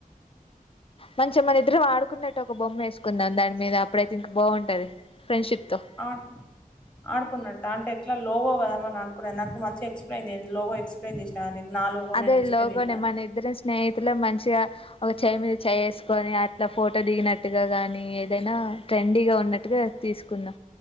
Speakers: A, on the left (about 40°); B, in the centre.
A: మంచి చ మన ఇద్దరం ఆడుకున్నట్టు ఒక బొమ్మ వేసుకుందాం దాని మీద అప్పుడైతే ఇంకా బాగుంటది ఫ్రెండ్షిప్ తో
B: ఆ ఆడుకున్నట్టటు అంటే ఎట్లా లోగో కదామని ఆడుకున్నా నాకు మంచిగా ఎక్స్ప్లెయిన్ చెయ్ లోగో ఎక్స్ప్లెయిన్ చేసిన గాని నీకు నా లోగో
A: అదే
B: నేను ఎక్స్ప్లెయిన్
A: లోగోనే
B: చేసినా
A: మన ఇద్దరం స్నేహితులం మంచిగా ఒక చెయ్యి మీద చెయ్యి వేసుకొని అట్లా ఫోటో దిగినట్టుగా గాని ఏదైనా ట్రెండీ గా ఉన్నట్టుగా దా తీసుకున్నా